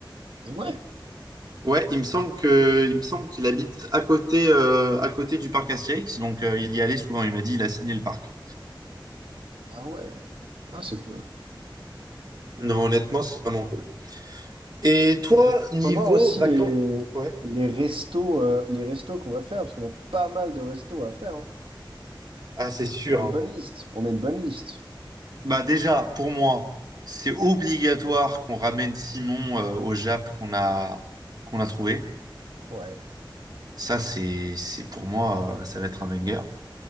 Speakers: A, on the right; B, on the right.
A: Ah Ouais.
B: Ouais, il me semble que, il me semble qu'il habite à côté, euh, à côté du parc Astérix, donc euh, il y allait souvent. Il m'a dit, il a signé le parc.
A: Ah ouais. Ah, c'est cool.
B: Non, honnêtement, c'est vraiment cool. Et toi,
A: Il
B: niveau
A: faut voir aussi
B: vacances?
A: les,
B: Ouais.
A: les restos, euh, les restos qu'on va faire, parce qu'on a pas mal de restos à faire. hein.
B: Ah, c'est sûr,
A: On a une
B: hein.
A: bonne liste. On a une bonne liste.
B: Bah déjà, pour moi, c'est obligatoire qu'on ramène Simon euh, au Jap qu'on a qu'on a trouvé.
A: Ouais,
B: Ça, c'est c'est pour moi, euh, ça va être un banger.